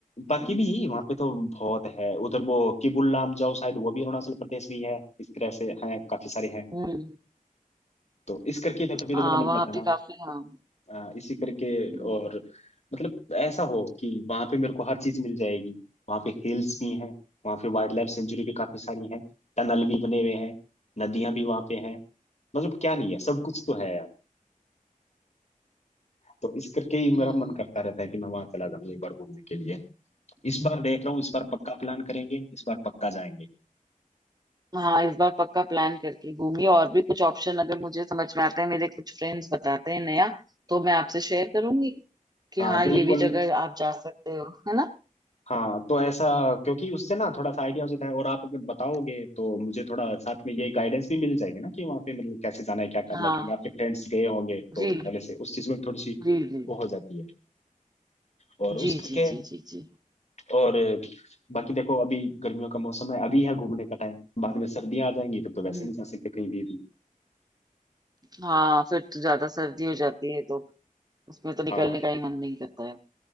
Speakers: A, on the left; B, on the right.
A: बाकी
B: हम्म
A: भी वहां पे तो बहुत है उधर वो किबुल लामजाओ शायद वो भी अरुणाचल प्रदेश में ही है इस तरह से हैं काफी सारे हैं
B: हम्म,
A: तो इस करके तो तभी
B: हाँ
A: तो मेरा मन
B: वहां
A: करता ना
B: पे काफी हाँ
A: अ, इसी करके
B: हम्म
A: और मतलब ऐसा हो कि वहां पे मेरे को हर चीज मिल जाएगी वहां पे हिल्स भी हैं वहां पे वाइल्ड लाइफ सेंचुरी भी काफी सारी हैं टनल भी बने हुए हैं नदियां भी वहां पे हैं मतलब क्या नहीं है सब कुछ तो
B: हम्म
A: है यार तो इस करके ही मेरा
B: हम्म,
A: मन करता रहता है कि मैं वहां चला जाऊं एक बार घूमने के लिए
B: हम्म।
A: इस बार देख रहा हूँ इस बार पक्का प्लान करेंगे इस बार पक्का जाएंगे
B: हाँ इस बार पक्का प्लान करके घूमिए और भी कुछ ऑप्शन अगर मुझे समझ में आता है मेरे कुछ फ्रेंड्स बताते हैं नया तो मैं आपसे शेयर करूंगी कि
A: हाँ
B: हाँ
A: बिल्कुल
B: ये भी जगह आप जा सकते हो है ना
A: हाँ तो ऐसा क्योंकि उससे ना थोड़ा सा आइडिया हो जाता है और आप अगर बताओगे तो मुझे थोड़ा साथ में ये गाइडेंस भी मिल जाएगी ना कि वहाँ पे मतलब कैसे जाना है क्या करना
B: हाँ
A: है क्योंकि आपके फ्रेंड्स गए होंगे तो
B: जी
A: पहले से उस चीज़ में थोड़ी सी
B: जी जी
A: वो हो जाती है और उस
B: जी
A: करके
B: जी जी जी जी
A: और बाकी देखो अभी गर्मियों का मौसम है अभी है घूमने का टाइम बाद में सर्दियाँ आ जाएंगी तब तो वैसे
B: हम्म,
A: नहीं जा सकते कहीं भी भी
B: हाँ फिर तो ज्यादा सर्दी हो जाती है तो उसमें तो निकलने
A: हाँ
B: का ही मन नहीं करता है